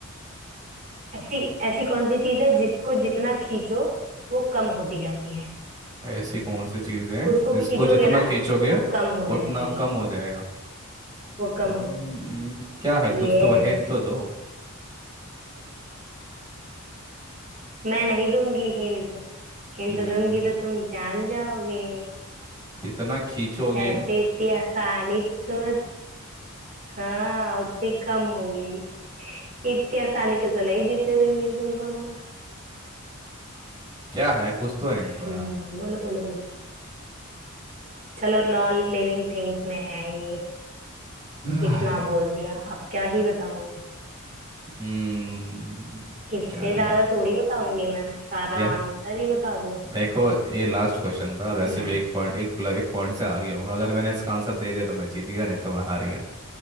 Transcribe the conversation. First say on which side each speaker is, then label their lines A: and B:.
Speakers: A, on the right; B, on the right.
A: ऐसी ऐसी कौन सी चीज है जिसको जितना खींचो वो कम होती जाती है
B: ऐसी कौन सी चीज है
A: उसको
B: जिसको
A: खींचोगे
B: जितना
A: ना
B: खींचोगे
A: तो वो कम हो जाएगी
B: उतना कम हो जाएगा
A: वो कम
B: हम्म
A: हो जाएगी
B: क्या है कुछ
A: यस
B: तो हिंट तो दो
A: मैं नहीं दूंगी हिंट हिंट
B: हम्म
A: दूंगी तो तुम जान जाओगे
B: जितना खींचोगे
A: ऐसे इतनी आसानी से तुम्हें हाँ उतनी कम होगी इतनी आसानी से तो नहीं जीतने दूंगी तुमको मैं
B: क्या है कुछ तो हिंट
A: हम्म
B: दो यार
A: बोलो बोलो बोलो चलो नॉन लिविंग थिंग्स में है ये
B: <sighs>
A: इतना बोल दिया अब क्या ही बताऊं
B: हम्म
A: इससे
B: क्या है?
A: ज्यादा थोड़ी बताऊंगी मैं सारा
B: या
A: आंसर ही बता दूं
B: देखो ये लास्ट क्वेश्चन था और वैसे
A: ना
B: भी एक पॉइंट एक प्ल- एक पॉइंट से आगे हूँ मैं अगर मैंने इसका आंसर दे दिया तो मैं जीत गया नहीं तो मैं हार गया